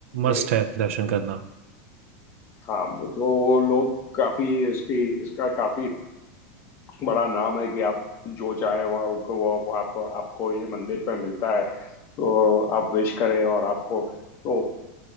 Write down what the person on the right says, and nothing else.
मस्ट है दर्शन
करना